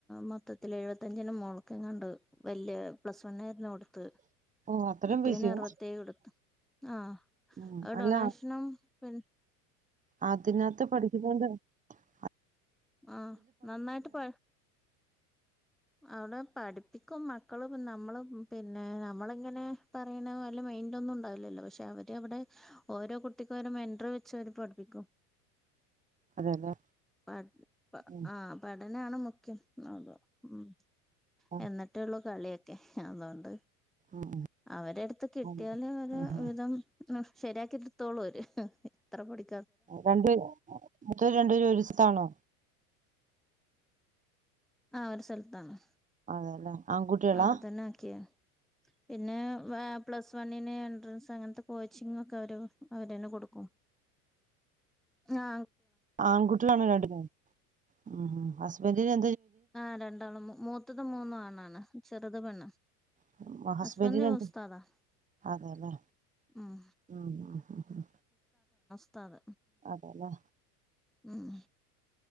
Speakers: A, in the centre; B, on the right (about 15°).
A: മൊത്തത്തിൽ എഴുപത്തഞ്ചിന് മോള്ക്കെങ്ങാണ്ട് വല്യ പ്ലസ് വണ്ണ് ന് കൊടുത്ത്
B: ഓ അത്രയും
A: മറ്റവന്
B: പൈസയോ
A: അറുപത്തേഴ് കൊടുത്ത് ആ
B: ഉം
A: അ
B: അല്ല
A: ഡൊണേഷനും <unintelligible>
B: അതിനകത്ത് പഠിപ്പി <unintelligible>
A: ആ നന്നായിട്ട് പോ അവിടെ പഠിപ്പിക്കും മക്കള് നമ്മള് പിന്നെ നമ്മളിങ്ങനെ പറയ്ണ വല്ല മൈന്റ ന്നും ഉണ്ടാവില്ലല്ലോ പക്ഷെ അവര് വടെ ഓരോ കുട്ടി മെൻടർ വെച്ചവര് പഠിപ്പിക്കും
B: അതെല്ലേ
A: <unintelligible>
B: ഉം
A: ആ <unintelligible> <unintelligible> മുഖ്യം അതെ ഉം
B: ആ
A: എന്നിട്ടൊള്ളൂ കളിയൊക്കെ അതോണ്ട്
B: ഉം
A: അവരെടുത്ത് കിട്ടിയാല്
B: ഉം.
A: ഓല് ഒരു
B: ആഹാ
A: വിധം ശരിയാക്കിടുത്തോളോല് എത്ര പൊടി
B: രണ്ട് പേര് മറ്റോര് രണ്ടുപേരും ഒരുസ്‌ഥലത്താണോ
A: ആ ഒരു സ്ഥലത്താണ്
B: അതെല്ലേ ആൺകുട്ടികളാ
A: അവിടെ തന്നെ ആക്കിയ പിന്നെ പ്ലസ് വണ്ണിന് എൻട്രൻസ് അങ്ങനത്തെ കോച്ചിങ്ങൊക്കെ അവര് അവര്ന്നെ കൊടുക്കും ആ
B: ആൺകുട്ടികളാണോ രണ്ടുപേരും ഉം ഹസ്ബൻന്റിനെ
A: ആ രണ്ടാണും മൂത്തത് മൂന്നും ആണാണ് ചെറുത് പെണ്ണ്
B: ആ, ഹസ്ബൻഡിന്
A: ഹുസ്ബൻഡ്
B: എന്ത്
A: ഉസ്താദാ
B: അതെല്ലേ
A: ഉം
B: ഉം ഉം ഉം ഉം
A: <inaudible>
B: അതെല്ലേ
A: ഉം